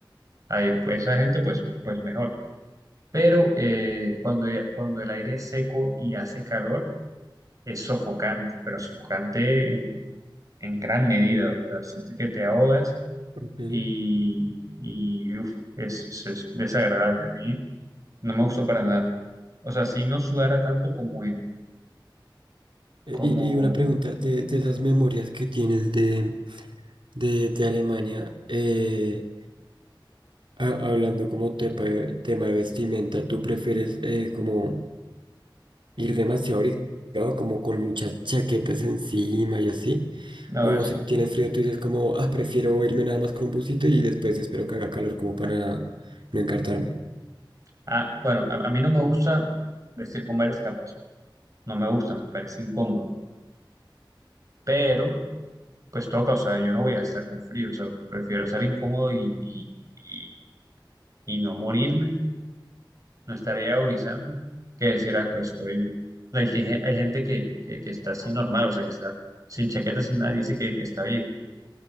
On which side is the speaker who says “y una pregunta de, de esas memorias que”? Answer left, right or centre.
Right